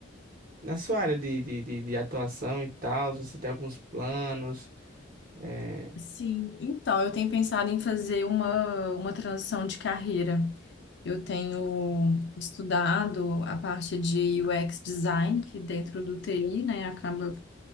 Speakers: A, on the right; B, on the left.
A: na sua área de, de, de, de atuação e tal? Você tem alguns planos? É,
B: Sim, então eu tenho pensado em fazer uma, uma transição de carreira. Eu tenho estudado a parte de UX design, que dentro do TI, né, acaba